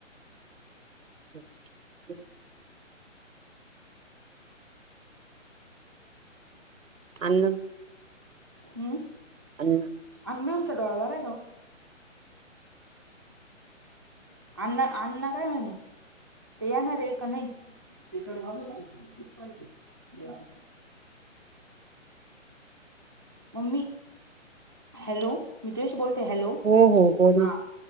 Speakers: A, on the right; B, on the right.
A: <inaudible> अण्णा
B: हम्म?
A: अण्णा
B: अण्णा? चडावा आहे ना आण्णा, आण्णा काय म्हणे? ते याणारे का नाही? <unintelligible> मम्मी. हॅलो. मि तुझ्याशी बोलते हॅलो?
A: हो हो बोल ना.
B: हा